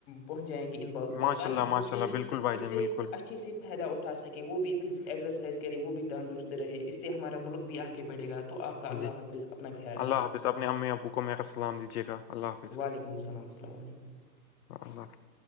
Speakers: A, on the left; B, on the left.
A: پہنچ جائیں گے ان باتوں
B: ماشاء
A: کو تاکہ
B: اللہ
A: دوسرے
B: ماشاء اللہ
A: بھی
B: بالکل بھائی جان
A: اس سے
B: بالکل
A: اچھا اچھے سے فائدہ اٹھا سکے وہ بھی ایکسرسائز کرے وہ بھی تندرست رہے اس سے ہمارا ملک بھی آگے بڑھے گا تو آپ کا اللہ
B: جی
A: حافظ اپنا خیال رکھیے
B: اللہ حافظ
A: گا
B: اپنے امی ابو کو میرا سلام دیجیے گا اللہ حافظ
A: وعلیکم السلام السلام علیکم
B: اللہ حافظ